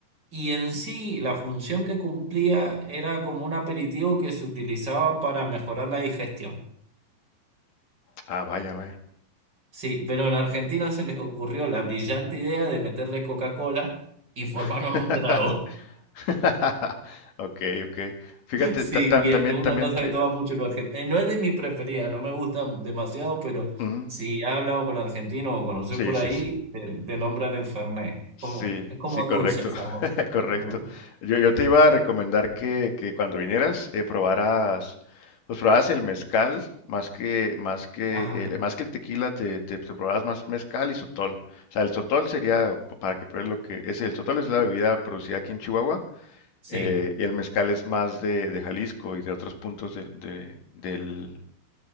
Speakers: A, on the right; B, on the left.
A: y en sí la función que cumplía era como un aperitivo que se utilizaba para mejorar la digestión.
B: Ah, vaya, vaya.
A: Sí, pero en Argentina se les ocurrió la brillante idea de meterle Coca-Cola y formaron
B: <laughs>
A: un trago. <laughs>
B: <laughs> Ok, ok. Fíjate,
A: Sí,
B: ta- ta-
A: y
B: también,
A: es es una
B: también
A: cosa
B: te...
A: que toma mucho los argentinos. No es de mi preferida, no me gusta demasiado, pero
B: ujú,
A: si he hablado con argentinos o conocí
B: Sí,
A: por
B: sí,
A: ahí,
B: sí.
A: te, te nombran el Fernet. Es
B: Sí,
A: como, es como
B: sí, correcto,
A: dulce el sabor.
B: <laughs>
A: ¿no?
B: correcto.
A: Como dulce.
B: Yo, yo
A: Sí.
B: te iba a recomendar que, que cuando vinieras eh, probaras, pues probaras el mezcal más que más que
A: Ah,
B: el, más que el tequila, te, te, te probaras más mezcal y sotol. O sea, el sotol sería p- para que pruebes lo que es el sotol es la bebida producida aquí en Chihuahua
A: sí.
B: eh, y el mezcal es más de, de Jalisco y de otros puntos del de- del